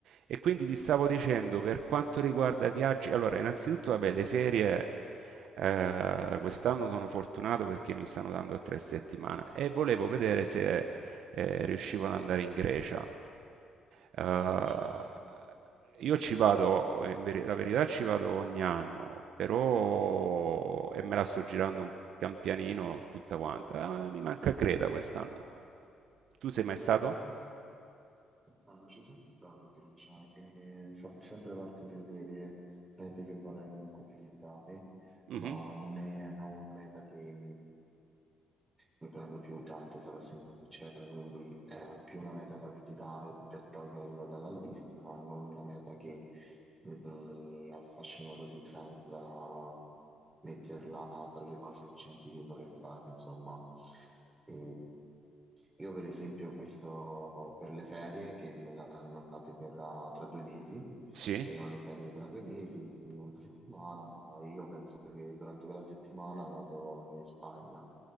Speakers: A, on the right; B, on the right.
A: E quindi ti stavo dicendo, per quanto riguarda viaggi, allora innanzitutto vabbè, le ferie eh, quest'anno sono fortunato perché mi stanno dando tre settimane e volevo vedere se eh, riuscivo ad andare in Grecia. Eh,
B: In Grecia, bello.
A: io ci vado, in veri- la verità ci vado ogni anno, però e me la sto girando un- pian pianino tutta quanta. Eh, mi manca Creta quest'anno. Tu sei mai stato?
B: No, non ci sono stato a Grecia e fa sempre parte delle mete che vorrei comunque visitare,
A: Mhm.
B: ma non è una meta che, ne prendo più tanto, sarò sincero, quindi è più una meta da visitare per toglierlo dalla lista, ma non una meta che mi affascina così tanto da metterla tra le cose recenti che vorrei fare, insomma. E io per esempio questo per le ferie che me l'hanno date per la- tra due mesi
A: Sì.
B: e ho le ferie tra due mesi, una settimana, e io penso che durante quella settimana vado in Spagna.